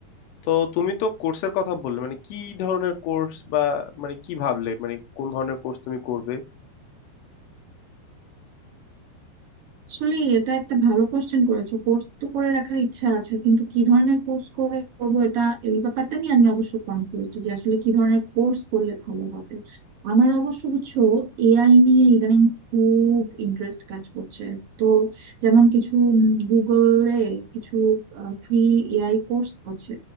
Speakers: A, on the left; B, on the right.
A: তো তুমি তো কোর্সের কথা বললে মানে কি ধরনের কোর্স বা মানে কি ভাবলে মানে কোন ধরনের কোর্স তুমি করবে
B: আসলে এটা একটা ভালো কোশ্চেন করেছো কোর্স তো করে রাখার ইচ্ছা আছে কিন্তু কি ধরনের কোর্স করে করবো এটা এই ব্যাপারটা নিয়ে আমি অবশ্য কনফিউজড যে আসলে কি ধরনের কোর্স করলে ভালো হবে আমার অবশ্য বুঝছো এআই নিয়ে ইদানিং খুব ইন্টারেস্ট কাজ করছে তো যেমন কিছু গুগলে কিছু ফ্রি এআই কোর্স আছে